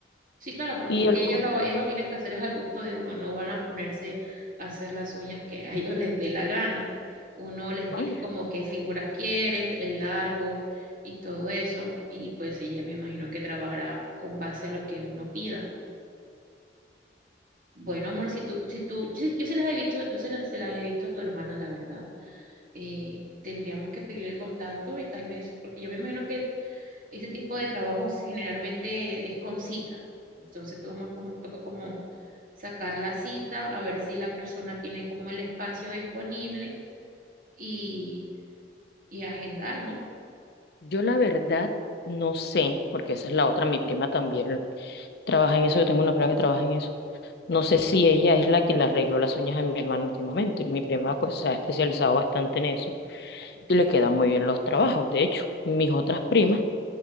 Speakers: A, on the right; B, on the left.
A: Sí, claro, porque
B: y
A: es
B: el
A: que
B: color.
A: ellos lo, ellos lo tienen que hacer es al gusto de uno, no van a ponerse a hacer las uñas que a <laughs> ellos les dé la gana. Uno le explica
B: Ay,
A: como qué figuras quiere, el largo y todo eso, y pues ella me imagino que trabajará con base a lo que uno pida. Bueno, amor, si tú, si tú, yo, yo se las he visto, yo se las, se las he visto a tu hermana, la verdad. Eh, tendríamos que pedir el contacto y tal vez, porque yo me imagino que ese tipo de trabajos generalmente es con citas. Entonces toma como, toca como sacar la cita, a ver si la persona tiene como el espacio disponible y, y agendar, ¿no?
B: Yo la verdad no sé, porque esa es la otra, mi prima también trabaja en eso, yo tengo una prima que trabaja en eso. No sé si ella es la que le arregló las uñas a mi hermano últimamente. y Mi prima pues, se ha especializado bastante en eso
A: Ok,
B: y le quedan muy bien los trabajos. De hecho, mis otras primas